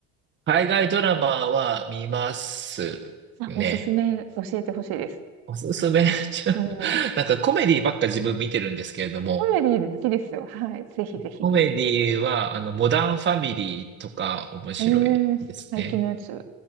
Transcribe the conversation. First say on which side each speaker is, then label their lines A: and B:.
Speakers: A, on the right; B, on the right.
A: 海外ドラマは見ますね。
B: あ、おすすめ教えてほしいです。
A: おすすめ、<laughs> ちょ、
B: うん。
A: なんかコメディばっか自分見てるんですけれども、
B: コメディ好きですよ。はい。ぜひぜひ。
A: コメディは、あの、モダンファミリーとか面白いですね。
B: ええ、最近のやつで